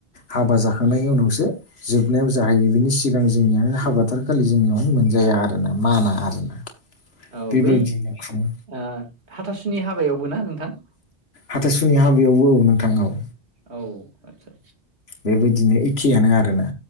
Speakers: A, on the left; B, on the right.
A: हाबा जाखांनायनि उनावसो जोबनायाव ज जाहैयो बिनि सिगां जोंनिया हाबाथारि खालि जोंनियावनो मोनजाया आरोना माना आरोना
B: औ
A: बेबायदिनो
B: बै ओ
A: खुङो
B: हाथासुनि हाबायावबो ना नोंथां?
A: हाथासुनि हाबायावबो औ नोंथां औ।
B: औ आदसा।
A: बेबायदिनो एखेयानो आरोना।